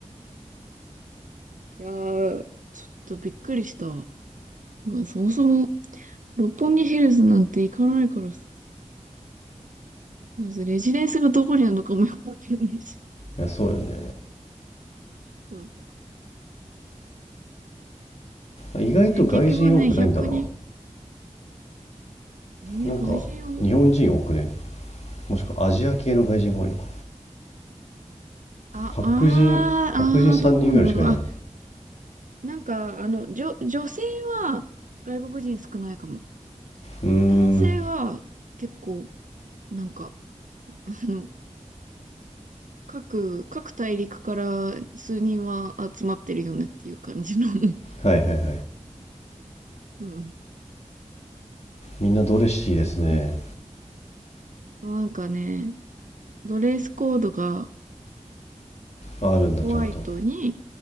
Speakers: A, on the right; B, on the left.
A: いやー、ちょっとびっくりした。まあ、そもそも、六本木ヒルズなんて行かないからさ。まずレジデンスがどこにあるのかもよくわかんないし。
B: いやそうよね
A: そう。
B: 意外と外人多くないんだな
A: ね、結局ね、100人、ね、
B: なんか日本人多くね
A: 外人を、
B: もしくはアジア系の外人が多いのか
A: あ、
B: 白人白人3人ぐらいしかいない
A: あー、あー、どうなんだろう。あ、なんか、あの、女、女性は外国人少ないかも。
B: うーん
A: 男性は結構、なんか、あの各、各大陸から数人は集まってるよねっていう感じの <laughs>
B: はいはいはい
A: うん、
B: みんなドレッシーですね
A: かな。なんかね、ドレスコードが
B: ああるんだちゃんとは
A: ホワイトに、